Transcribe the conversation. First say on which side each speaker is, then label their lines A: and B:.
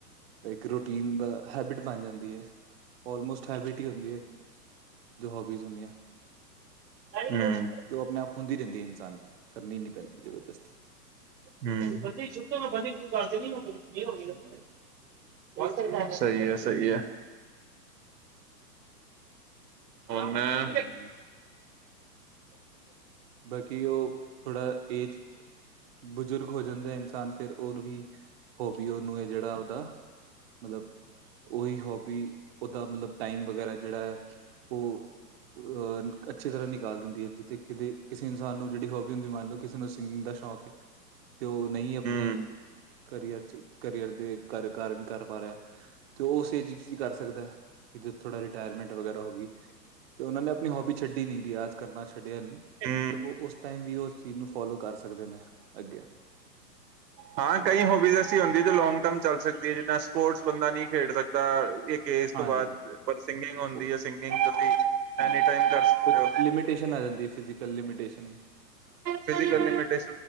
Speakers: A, on the right (about 40°); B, on the right (about 75°).
A: ਇੱਕ ਰੂਟੀਨ ਦਾ ਹੈਬਿਟ ਬਣ ਜਾਂਦੀ ਹੈ । ਆਲਮੋਸਟ ਹੈਬਿਟ ਹੀ ਹੁੰਦੀ ਹੈ। ਜੋ ਹੋਬੀਜ਼ ਹੁੰਦੀਆਂ।
B: ਹੂੰ।
A: ਤੇ ਉਹ ਆਪਣੇ ਆਪ ਹੁੰਦੀ ਰਹਿੰਦੀ ਹੈ। ਇਨਸਾਨ ਕਰਨੀ ਨੀ ਪੈਂਦੀ ਜਬਰਦਸਤੀ।
B: ਬੰ ਸ਼ੁ ਤੋਂ ਮੈਂ ਬੰ ਸ਼ ਕਰ ਨੀ ਹੋ <inaudible>
A: ਹਾਂਜੀ, ਹਾਂਜੀ।
B: ਸਹੀ ਹੈ, ਸਹੀ ਹੈ। ਹੁਣ ਮੈਂ
A: ਹੂੰ। ਬਾਕੀ, ਉਹ ਥੋੜਾ ਏਜ ਬਜ਼ੁਰਗ ਹੋ ਜਾਂਦਾ। ਇਨਸਾਨ, ਫਿਰ ਉਹਨੂੰ ਵੀ ਹੋਬੀ ਉਹਨੂੰ, ਜਿਹੜਾ ਉਹਦਾ ਮਤਲਬ। ਉਹੀ ਹੋਬੀ, ਉਹਦਾ ਮਤਲਬ ਟਾਈਮ ਵਗੈਰਾ ਜਿਹੜਾ ਹੈ, ਉਹ। ਅਹ ਅੱਛੀ ਤਰ੍ਹਾਂ ਨਿਕਾਲ ਦਿੰਦੀ ਹੈ । ਜਿੱਥੇ ਕਿਤੇ ਕਿਸੇ ਇਨਸਾਨ ਨੂੰ ਜਿਹੜੀ ਹੋਬੀ ਹੁੰਦੀ। ਮੰਨ ਲਓ ਕਿਸੇ ਨੂੰ ਸਿੰਗਿੰਗ ਦਾ ਸ਼ੌਂਕ ਹੈ ਤੇ ਉਹ ਨਹੀਂ ਆਪਣੇ
B: ਹੂੰ
A: ਕਰੀਅਰ ਚ ਕਰੀਅਰ ਦੇ ਕਰ ਕਾਰਨ ਕਰ ਪਾ ਰਿਹਾ ਤੇ ਉਸ ਏਜ ਵਿੱਚ ਵੀ ਕਰ ਸਕਦਾ ਹੈ। ਕਿਧਰ ਥੋੜਾ ਰਿਟਾਇਰਮੈਂਟ ਵਗੈਰਾ ਹੋ ਗਈ। ਤੇ ਉਹਨਾਂ ਨੇ ਆਪਣੀ ਹੋਬੀ ਛੱਡੀ ਨਹੀਂ ਰਿਆਜ਼ ਕਰਨਾ ਛੱਡਿਆ ਨਹੀਂ।
B: ਹੂੰ
A: ਤੇ ਉਹ ਉਸ ਟਾਈਮ ਵੀ ਉਸ ਚੀਜ਼ ਨੂੰ ਫੋਲੋ ਕਰ ਸਕਦੇ ਨੇ ਅੱਗੇ।
B: ਹਾਂ ਕਈ ਹੋਬੀਜ਼ ਐਸੀਂ ਹੁੰਦੀ ਜੋ ਲੋਂਗ ਟਰਮ ਚੱਲ ਸਕਦੀ ਹੈ। ਜਿੱਦਾਂ ਸਪੋਰਟਸ ਬੰਦਾ ਨਹੀਂ ਖੇਡ ਸਕਦਾ। ਕੇ ਇਸ ਤੋਂ
A: ਹਾਂਜੀ
B: ਬਾਅਦ
A: ਹਾਂਜੀ
B: ਬੜ ਸਿੰਗਿੰਗ ਹੁੰਦੀ
A: ਉਹ
B: ਹੈ। ਸਿੰਗਿੰਗ ਜਲਦੀ
A: ਹਾਂਜੀ,
B: ਐਨੀ ਟਾਈਮ ਕਰ ਸਕਦੇ
A: ਕੁਛ
B: ਹੋ।
A: ਲਿਮੀਟੇਸ਼ਨ ਆ ਜਾਂਦੀ ਹੈ ਫਿਜ਼ੀਕਲ ਲਿਮੀਟੇਸ਼ਨ
B: ਫਿਜੀਕਲ
A: ਹਾਂਜੀ।
B: ਫਿਟ